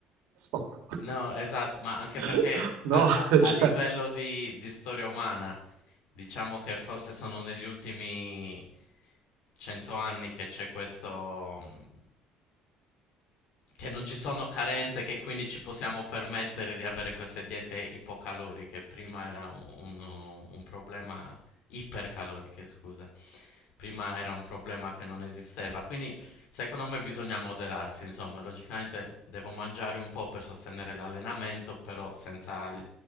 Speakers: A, on the right; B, on the left.
A: stop.
B: No, esatto, ma anche
A: <laughs>
B: perché
A: No,
B: a, a- a
A: cioè,
B: livello di, di storia umana, diciamo che forse sono negli ultimi cento anni che c'è questo, mh, che non ci sono carenze, che quindi ci possiamo permettere di avere queste diete ipocaloriche. Prima era un, un- un problema ipercaloriche, scusa. Prima era un problema che non esisteva, quindi secondo me bisogna moderarsi, insomma, logicamente devo mangiare un po' per sostenere l'allenamento, però senza gli,